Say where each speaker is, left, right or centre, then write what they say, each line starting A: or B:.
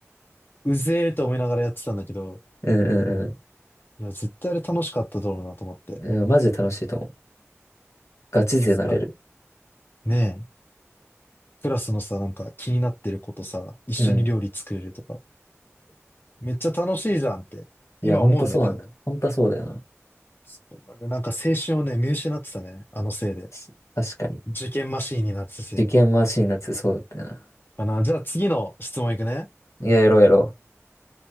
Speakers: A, on the left; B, on the left.
A: うぜーと思いながらやってたんだけど、
B: うんう
A: いや、絶対あれ楽しかっただろうなと思って。
B: んうん。うん、マジで楽しいと思う。ガチ勢なれる。
A: はいねえ。クラスのさ、なんか気になってることさ、一緒に料理作れるとか、
B: うん。
A: めっちゃ楽しいじゃんって、今思うんだけど、
B: いや、ほんとそうなんだ。ほんとそうだよな。
A: そうなんだよなんか青春をね、見失ってたね、あのせいで。
B: す確かに。
A: 受験マシーンになってたせいで。
B: 受験マシンなってそうだったよな。
A: かな。じゃあ次の質問いくね。
B: いや、やろうやろう。